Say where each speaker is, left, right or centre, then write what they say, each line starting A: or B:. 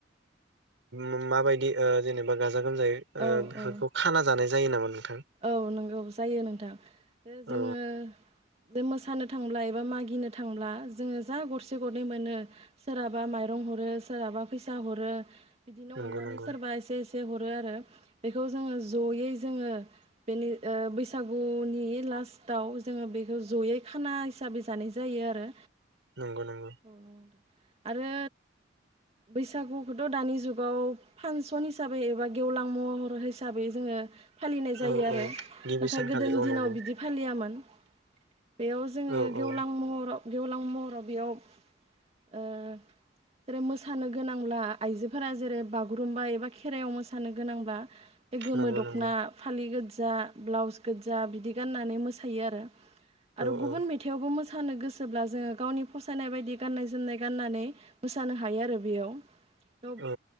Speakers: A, on the right; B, on the right.
A: मामाबायदि ओ जेनेबा गाज गाजा गोमजायै ओ
B: औ
A: बेफोरखौ खाना जानाय जायो नामा नों
B: औ नंगौ जायो नोंथां ओ जोङो
A: औ
B: जे मोसानो थांब्ला एबा मागिनो थांब्ला जोङो जा गरसे गरनै मोनो सोरहाबा माइरं हरो सोरहाबा फैसा हरो। बिदिनो
A: नंगौ
B: अननानै
A: नंगौ
B: सोरबा एसे एस हरो आरो बेखौ जोङो जयै जोङो बेनि ओ बैसागुनि लास्टाव जोङो बेखौ जयै खाना हिसाबै जानाय जायो आरो
A: नंग नंग
B: औ नंगौ आरो बैसागुखौथ' दानि जुगाव फांसन हिसाबै एबा गेवलां महर हिसाबै जोङो फालिनाय जायो
A: औ
B: आरो
A: औ गिबि
B: नाथाय
A: सानखालि
B: गोदोनि
A: औ
B: दिनाव
A: नंगौ
B: बिदि फालियामोन बेयाव जोङो
A: औ
B: गेवलां
A: औ
B: महराव गेवलां महराव बेयाव ओ रो मोसानो गोनांब्ला आइजोफोरा जेरै बागुरुम्बा एबा खेराइयाव मोसानो गोनांब्ला बे गोमो
A: नंगौ
B: दख'ना।
A: नंगौ
B: <inaudible> गोज्जा ब्लाउस गोज्जा बिदि गाननानै मोसायो आरो आरो
A: औ
B: गुबुन
A: औ
B: मेथाइआवबो मो थानो गोसोब्ला जोङो गावनि फसायनाय बायदि गाननाय जोमनाय गाननानै। मोसानो हायो आरो बेयाव
A: औ